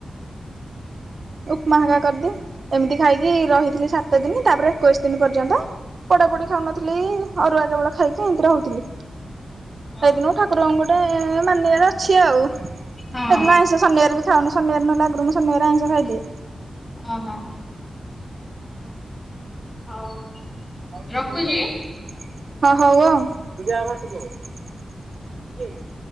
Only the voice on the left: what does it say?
ହଁ
ହଁ
ହଁ ହଁ। ହଉ।
ରଖୁଛି।